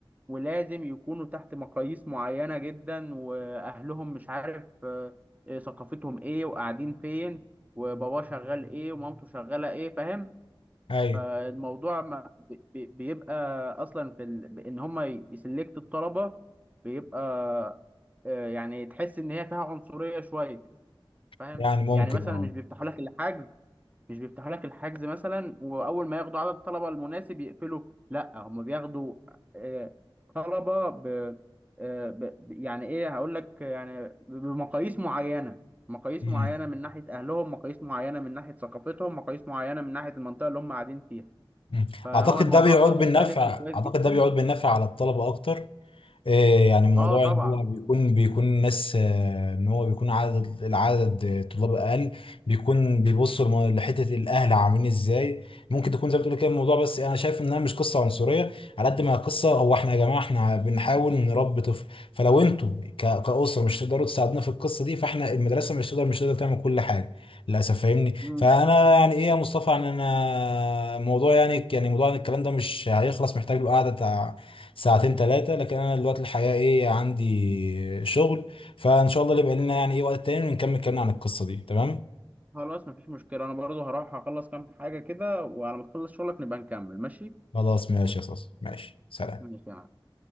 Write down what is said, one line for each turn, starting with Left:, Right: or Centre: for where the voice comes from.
Right: ولازم يكونوا تحت مقاييس معينة جدا وأهلهم مش عارف آه، آه، ثقافتهم إيه وقاعدين فين وباباه شغال إيه ومامته شغالة إيه فاهم
Left: ايوه
Right: فالموضوع ما ب- ب- بيبقى أصلا في ال... إن هما يسلكت الطلبة بيبقى آه، يعني تحس إن هي فيها عنصرية شوية فاهم
Left: يعني ممكن
Right: يعني مثلا
Left: اه
Right: مش بيفتحوا لك الحجز مش بيفتحوا لك الحجز مثلا واول ما ياخدوا عدد الطلبه المناسب يقفلوا لا هم بياخدوا آه، طلبه ب آه، ب ب- يعني ايه هقول لك يعني بمقاييس معينه مقاييس
Left: مم.
Right: معينه من ناحيه اهلهم مقاييس معينه من ناحيه ثقافتهم مقاييس معينه من ناحيه المنطقه اللي هم قاعدين فيها
Left: مم.
Right: فهو
Left: اعتقد
Right: الموضوع
Left: ده بيعود
Right: اه مختلف
Left: بالنفع
Right: وكويس
Left: اعتقد
Right: جدا
Left: ده بيعود بالنفع على الطلبه اكتر إيه يعني موضوع
Right: اه طبعا
Left: ان هو بيكون بيكون الناس آه، ان هو بيكون عدد العدد آه، طلاب اقل بيكون بيبصوا لم- لحته الاهل عاملين ازاي ممكن تكون زي ما بتقول كده الموضوع بس انا شايف انها مش قصه عنصريه على قد ما هي قصه هو احنا يا جماعه احنا بنحاول نربي طفل فلو انتوا ك- كاسره مش تقدروا تساعدونا في القصه دي فاحنا المدرسه مش تقدر مش تقدر تعمل كل حاجه للاسف فاهمني
Right: مم.
Left: فانا يعني ايه يا مصطفى يعني انا موضوع يعني يعني موضوع الكلام ده مش هيخلص محتاج له قعده ساعتين ثلاثة لكن أنا دلوقتي الحقيقة إيه عندي شغل فإن شاء الله اللي بقى لنا يعني إيه وقت تاني ونكمل كلامنا عن القصة دي تمام؟
Right: خلاص مفيش مشكله انا برضو هروح اخلص كام حاجه كده وعلى ما تخلص شغلك نبقى نكمل ماشي
Left: خلاص ماشي يا صاصة ماشي سلام
Right: ماشي يا معلم.